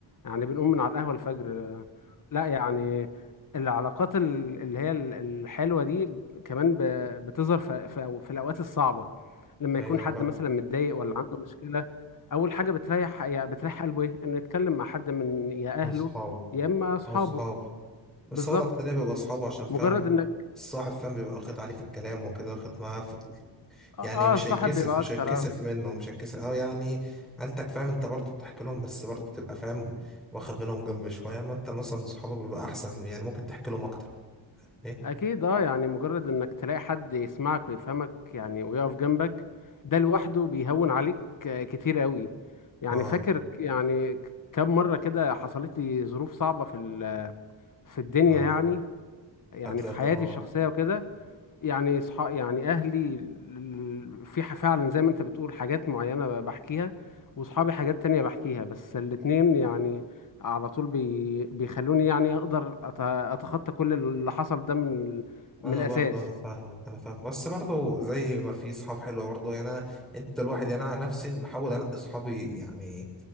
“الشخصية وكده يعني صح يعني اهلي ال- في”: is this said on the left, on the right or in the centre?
Left